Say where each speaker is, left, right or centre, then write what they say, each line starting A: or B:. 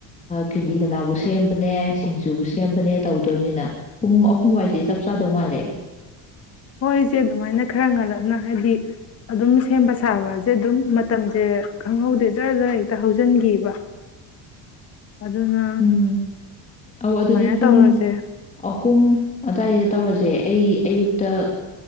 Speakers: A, on the left; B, on the left.
A: ꯀꯦꯂꯤ ꯀꯅꯥꯕꯨ ꯁꯦꯝꯕꯅꯦ ꯁꯤꯡ ꯖꯨꯕꯨ ꯁꯦꯝꯕꯅꯦ ꯇꯧ ꯗꯣꯅꯤꯅ ꯄꯨꯡ ꯑꯍꯨꯝꯋꯥꯏꯁꯦ ꯆꯞ ꯆꯥꯗꯧ ꯃꯥꯜꯂꯦ
B: ꯍꯣꯏꯁꯦ ꯑꯗꯨꯃꯥꯏꯅ ꯈꯔ ꯉꯜꯂꯞꯅ ꯍꯥꯏꯗꯤ ꯑꯗꯨꯝ ꯁꯦꯝꯕ ꯁꯥꯕꯁꯦ ꯑꯗꯨꯝ ꯃꯇꯝꯁꯦ ꯈꯪꯍꯧꯗꯦ ꯖꯔ ꯖꯔ ꯍꯦꯛꯇ ꯍꯧꯖꯤꯟꯈꯤꯕ ꯑꯗꯨꯅ
A: ꯎꯝ ꯑꯧ
B: ꯑꯗꯨꯃꯥꯏꯅ
A: ꯑꯗꯨꯗꯤ ꯄꯨꯡ
B: ꯇꯧꯔꯁꯦ
A: ꯑꯍꯨꯝ ꯑꯗꯨꯋꯥꯏꯗ ꯇꯧꯔꯁꯦ ꯑꯩ ꯑꯌꯨꯛ ꯇ